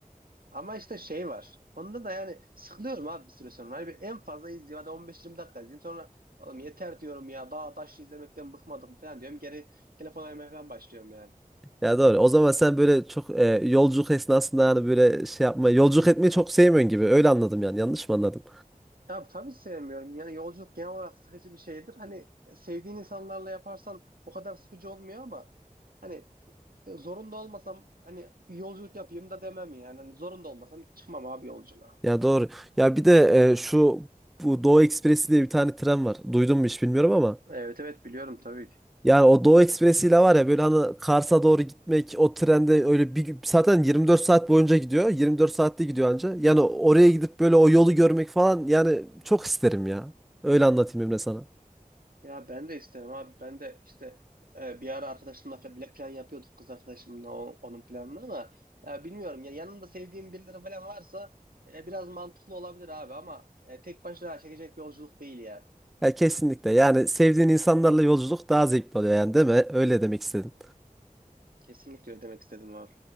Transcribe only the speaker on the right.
ama işte şey var. Onda da yani sıkılıyorum abi bir süre sonra. Hani bir en fazla izliyorum. Hadi 15-20 dakika izleyeyim. Sonra oğlum yeter diyorum ya. Daha taş izlemekten bıkmadım mı falan diyorum. Geri telefon oynamaya falan başlıyorum yani.
Ya tabii sevmiyorum. Yani yolculuk genel olarak sıkıcı bir şeydir. Hani sevdiğin insanlarla yaparsan o kadar sıkıcı olmuyor ama hani Ya zorunda olmasam hani bir yolculuk yapayım da demem yani. Hani zorunda olmasam hiç çıkmam abi yolculuğa.
Evet evet biliyorum tabii ki.
Ya ben de isterim abi. Ben de işte e, bir ara arkadaşımla fe- bile- plan yapıyorduk kız arkadaşımla o- onun planını ama e, bilmiyorum ya yanında sevdiğim birileri falan varsa e, biraz mantıklı olabilir abi ama e, tek başına çekecek yolculuk değil yani.
Kesinlikle öyle demek istedim abi.